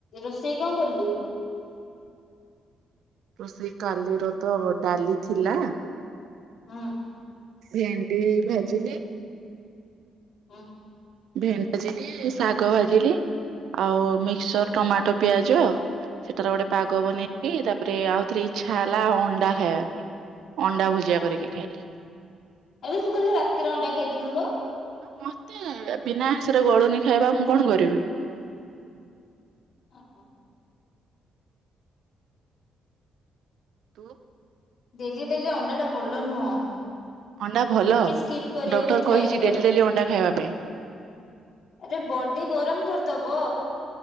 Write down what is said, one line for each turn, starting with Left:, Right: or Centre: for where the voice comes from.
Left: ରୋଷେଇ କଣ କଲୁ?
Right: ରୋଷେଇ କାଲିର ତ ଡାଲି ଥିଲା।
Left: ହୁଁ।
Right: ଭେଣ୍ଡି ଭାଜିଲି।
Left: ହୁଁ।
Right: ଭେଣ୍ଡି ଭାଜିଲି, ଶାଗ ଭାଜିଲି, ଆଉ ମିକ୍ସର, ଟମାଟୋ ପିଆଜ। ସେଟାର ଗୋଟେ ପାଗ
Left: ହୁଁ
Right: ବନେଇ କି ତାପରେ ଆଉଥରେ ଇଚ୍ଛା ହେଲା ଅଣ୍ଡା ଖାଇବା ପାଇଁ ଅଣ୍ଡା ଭୁଜିଆ କରିକି ଖାଇଲି।
Left: ଆଲୋ ତୁ କାଲି ରାତିରେ ଅଣ୍ଡା ଖାଇଥିଲୁ ଲୋ।
Right: ହଁ ମତେ ବିନା ଆଇଁଷରେ ଗଳୁନି ଖାଇବା ମୁଁ କଣ କରିବି?
Left: ଓହୋ! <unintelligible>
Right: ତୁ <unintelligible>
Left: ଡେଲି ଡେଲି ଅଣ୍ଡାଟା ଭଲ ନୁହଁ।
Right: ଅଣ୍ଡା ଭଲ
Left: ଟିକେ ସ୍କିପ୍ କରିବାକୁ
Right: ଡକ୍ଟର
Left: ଟ୍ରାଏ
Right: କହିଛି
Left: କରେ।
Right: ଡେଲି ଡେଲି ଅଣ୍ଡା ଖାଇବା ପାଇଁ।
Left: ଆରେ ବଡି ଗରମ କରିଦବ।